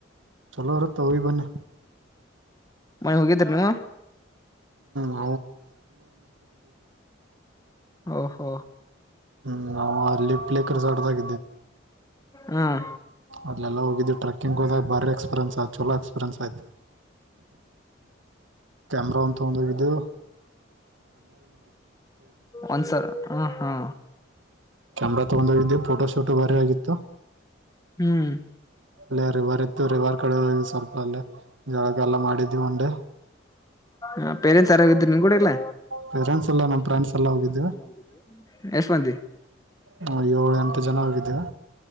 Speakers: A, on the right (about 75°); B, on the left (about 15°).
A: ಚಲೋ ಇರುತ್ತ ಹೋಗಿ ಬನ್ನಿ.
B: ಮೊನ್ನೆ ಹೋಗಿದ್ರಏನ್.
A: ಹೂಂ
B: ಹೊ ಹೊ
A: ಹ್ಮ್ ನಾವು ಅಲ್ಲಿ ಪ್ಲೇಕ್ ರೆಸಾರ್ಟ್ದಾಗ
B: ಹಂ
A: ಅಲ್ಲೆಲ್ಲಾ ಹೋಗಿದ್ ಟ್ರಕ್ಕಿಂಗ ಹೋದ ಬಾರಿ ಎಕ್ಸ್ಪೀರಿಯನ್ಸ್ ಆಯ್ತ ಚಲೋ ಎಕ್ಸ್ಪೀರಿಯನ್ಸ್ ಆಯ್ತು. ಕ್ಯಾಮೆರಾ ಒಂದು ತಗೊಂಡ್ ಹೋಗಿದ್ವಿ.
B: ಒಂದಸಾವರ್ ಹ್ಮ ಹ್ಮ.
A: ಕ್ಯಾಮ್ರಾ ತಗೊಂಡೋಗಿದ್ವಿ ಫೋಟೋ ಶೋಟೋ ಬಾರಿ ಆಗಿತ್ತು.
B: ಹ್ಮ್
A: ಅಲ್ಲೇ ರಿವರ್ ಇತ್ತು ರಿವರ್ ಕಡೆ ಹೋಗ ಸ್ವಲ್ಪ ಅಲ್ಲೇ ಜಳ ಜಲ್ಲ. ಮಾಡಿದೊಂಡೆ.
B: ಹ ಪೇರೆಂಟ್ಸ್ ಯರಾಗಿದರು ನೀವ್ ಕೂಡ ಇಲ್ಲ.
A: ಪೇರೆಂಟ್ಸ್ ಎಲ್ಲ
B: ಪೇರೆಂಟ್ಸ್
A: ನಮ್ಮ ಫ್ರೆಂಡ್ಸ್
B: ಇಲ್ಲ
A: ಎಲ್ಲ
B: ನಮ್
A: ಹೋಗಿದ್ವಿ
B: ಫ್ರೆಂಡ್ಸ್ ಎಲ್ಲ ಹೋಗಿದ್ವಿ, ಎಷ್ಟು ಮಂದಿ.
A: ಹ ಏಳ ಎಂಟು ಜನ ಹೋಗಿದ್ದವೆ